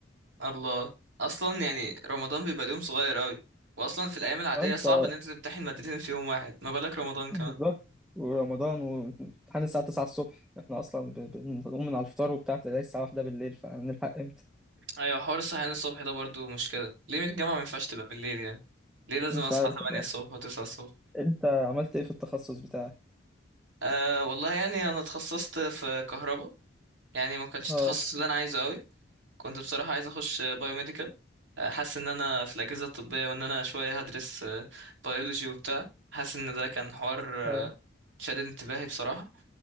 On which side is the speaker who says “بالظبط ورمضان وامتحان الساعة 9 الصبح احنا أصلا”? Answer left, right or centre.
Centre